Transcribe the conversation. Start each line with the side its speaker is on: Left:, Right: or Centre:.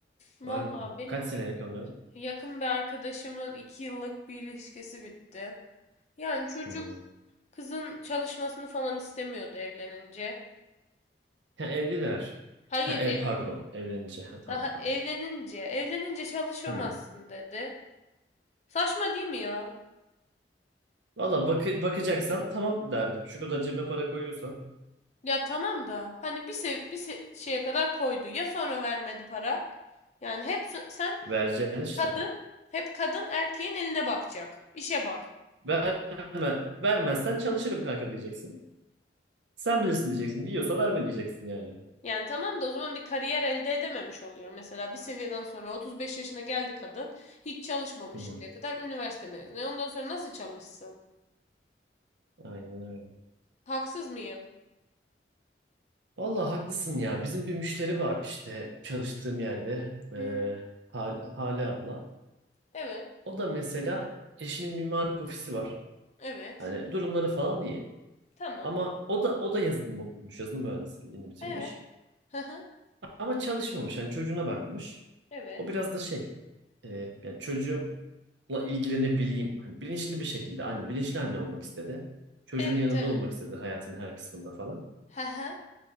Left: Valla
Right: Var mı?
Left: benim
Right: Kaç senelik onların?
Left: yakın bir arkadaşımın iki yıllık bir ilişkisi bitti. Yani çocuk
Right: Hmm.
Left: kızın çalışmasını falan istemiyordu evlenince.
Right: Ha, evliler.
Left: Hayır,
Right: Ha, ev
Left: ev,
Right: pardon. Evlenince. Ha, tamam
Left: Daha
Right: tamam.
Left: evlenince, evlenince çalışamazsın
Right: Hmm.
Left: dedi. Saçma değil mi ya?
Right: Valla bak bakacaksan tamam derdim. Şu kadar cebime para koyuyorsan
Left: Ya tamam da hani bir sev bir se- şeye kadar koydu. Ya sonra vermedi para? Yani hep s- sen
Right: vereceksin işte.
Left: kadın, hep kadın erkeğin eline bakacak. İşe bak.
Right: Verme, vermezsen çalışırım kanka diyeceksin. Sen bilirsin diyeceksin. Diyorsa verme diyeceksin yani.
Left: Yani tamam da o zaman bir kariyer elde edememiş oluyor. Mesela bir seviyeden sonra 35 yaşına geldi kadın. Hiç çalışmamış
Right: Hmm.
Left: şimdiye kadar. Üniversite mezunu. E ondan sonra nasıl çalışsın?
Right: Aynen öyle.
Left: Haksız mıyım?
Right: Valla haklısın ya. Bizim bir müşteri var işte çalıştığım yerde.
Left: Hı.
Right: Ee, Hal- Hale abla.
Left: Evet.
Right: O da mesela eşinin mimarlık ofisi var.
Left: Evet.
Right: Hani durumları falan iyi.
Left: Tamam.
Right: Ama o da o da yazılım okumuş, yazılım mühendisliğini bitirmiş.
Left: Evet. Hı hı.
Right: Ama çalışmamış. Hani çocuğuna bakmış.
Left: Evet.
Right: O biraz da şey, e, yani çocuğumla ilgilenebileyim. Hani bilinçli bir şekilde anne, bilinçli anne olmak istedi. Çocuğun
Left: Evet,
Right: yanında
Left: evet.
Right: olmak istedi hayatın her kısmında falan.
Left: Hı hı.